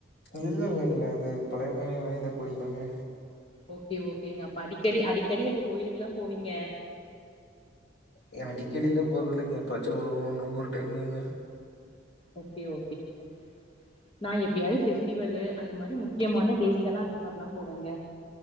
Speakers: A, on the left (about 60°); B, on the left (about 30°).
A: இல்ல இல்ல இல்ல அது பழைமை வாய்ந்த கோயில் தாங்க
B: ஓகே ஓகேங்க அப்ப அடிக்கடி அடிக்கடி அப்ப கோயிலுக்குலா போவீங்க
A: எ அடிக்கடிலா போறது இல்லைங்க எப்பாச்சு ஒன் ஒரு டைம்தாங்க
B: ஓகே ஓகேங்க நா எப்பயாவது ஃபெஸ்டிவலு அந்த மாரி முக் முக்கியமான டேஸ்லலா அந்த மாதிரிலா போவேங்க